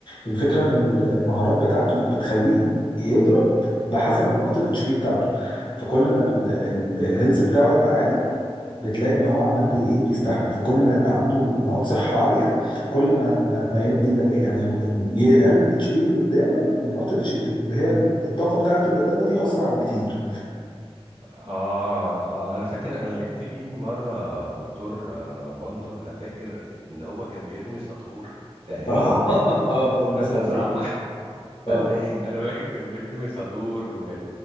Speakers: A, on the left; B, on the right.
A: الفكره ان ال- المهارات بتاعته بتخليه يضرب بحسب نقاط الاتش بي بتاعته فكل ما الهيلث بتاعه يبقى عالي بتلاقي ان هو عمال بي ايه بيستحمل فكل ما يبقى عنده نقاط صحه عاليه كل ما ما, ما يدي ده يعني يقلل الاتش بي اللي قدامه والنقاط ال HP اللي هي الطاقه بتاعته اللي قدامه دي اسرع بكتير
B: آه آه، أنا فاكر أنا لعبت بيه مرة دكتور آه، ماندو أنا فاكر إن هو كان بيرمي ساطور تقريبا
A: <laughs> اه بيرمي
B: <laughs>
A: صواريخ
B: زعل
A: اه
B: <laughs> انا باجي كان بيرمي ساطور و...